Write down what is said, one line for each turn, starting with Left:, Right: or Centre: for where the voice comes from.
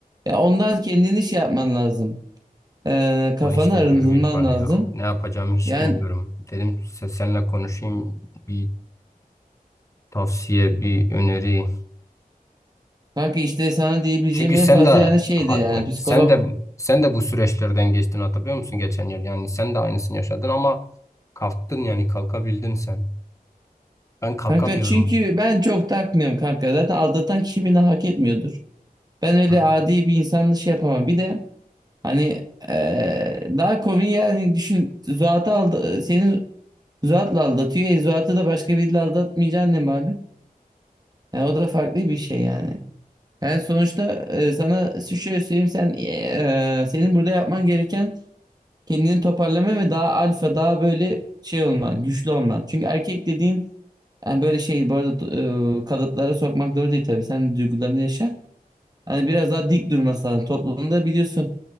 Right: ya ondan kendini şey yapman lazım. Ee, kafanı
Left: Ama hiç bilmiyorum
Right: arındırman
Left: İkbal
Right: lazım.
Left: ya. Ne yapacağımı hiç
Right: Yani
Left: bilmiyorum. Dedim se- seninle konuşayım bir tavsiye, bir öneri.
Right: kanka işte sana diyebileceğim
Left: Çünkü
Right: en
Left: sen
Right: fazla
Left: de
Right: yani şeydi
Left: ha-
Right: yani
Left: yani
Right: psikolog.
Left: sen de sen de bu süreçlerden geçtin hatırlıyor musun geçen yıl? Yani sen de aynısını yaşadın ama kalktın yani kalkabildin sen. Ben kalkamıyorum.
Right: Kanka çünkü ben çok takmıyorum kanka. Zaten aldatan kişi beni hak etmiyordur. Ben öyle
Left: Hı.
Right: adi bir insanla şey yapamam. Bir de hani ee, daha komik yani düşün. Zuhat'ı aldı, seni Zuhat'la aldatıyor. E, Zuhat'ı da başka biriyle aldatmayacaksın ne malum. Yani o da farklı bir şey yani. Yani sonuçta e, sana şu- şöyle söyleyeyim sen e, senin burada yapman gereken kendini toparlama ve daha alfa daha böyle şey olman, güçlü olman. Çünkü erkek dediğin yani böyle şey bu arada e, kalıplara sokmak doğru değil tabii. Sen duygularını yaşa. Hani biraz daha dik durması lazım. Toplumda biliyorsun